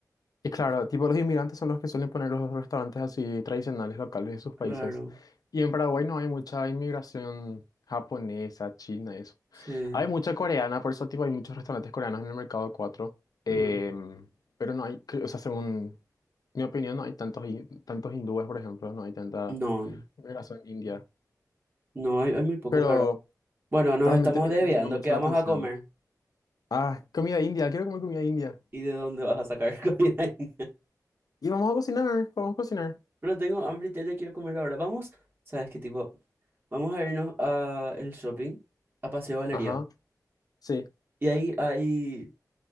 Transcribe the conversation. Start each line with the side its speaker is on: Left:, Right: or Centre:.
Left: Y claro, tipo los inmigrantes son los que suelen poner los restaurantes así tradicionales locales de sus países.
Right: Claro.
Left: Y en Paraguay no hay mucha inmigración japonesa, china y eso.
Right: Sí.
Left: Hay mucha coreana, por eso tipo, hay muchos restaurantes coreanos en el mercado 4 em,
Right: mm.
Left: pero no hay, cre- o sea, según mi opinión, no hay tantos, hi- tantos hindúes, por ejemplo, no hay tanta
Right: No, no,
Left: migración india.
Right: no, hay, hay muy poco,
Left: Pero
Right: la verdad. Bueno, nos
Left: realmente
Right: estamos
Left: me,
Right: desviando.
Left: me llama mucho
Right: ¿Qué vamos
Left: la atención.
Right: a comer?
Left: Ah, comida india, quiero comer comida india.
Right: ¿Y de dónde vas a sacar <laughs> comida india?
Left: Y vamos a cocinar, vamos a cocinar.
Right: Pero tengo hambre, ya, ya quiero comer ahora. Vamos, ¿sabes qué tipo? Vamos a irnos a el shopping, a Paseo Galería.
Left: Ajá, sí.
Right: Y ahí, ahí,